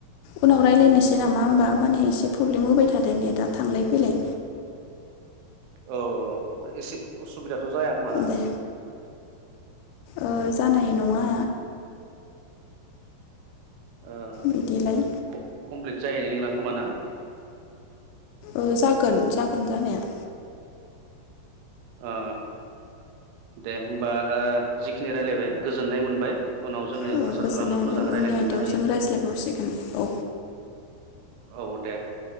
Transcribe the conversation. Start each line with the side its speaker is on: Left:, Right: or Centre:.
Left: उनाव रायलायनोसै नामा होमबा माने एसे प्रब्लेम होबाय थादों नेटआ थांलाय फैलाय।
Right: औ औ एसे असुबिदा। थ जाया खोमा ना?
Left: दे ओ जानाय नङा?
Right: ओ
Left: बिदिलाय
Right: कम कमप्लिट जाहैनाय नंला खोमा ना?
Left: ओ जागोन जागोन जानाया।
Right: ओ ओ दे होमबा जिखिनि रायलायबाय गोजोननाय मोनबाय। उनाव जोङो
Left: औ
Right: आसा
Left: गोजोननाय
Right: खालामो मोजाङै
Left: मोनबाय उननि
Right: रायलायफिननो
Left: आयदायाव
Right: हायो
Left: जों रायज्लायबावसिगोन औ
Right: औ दे दे।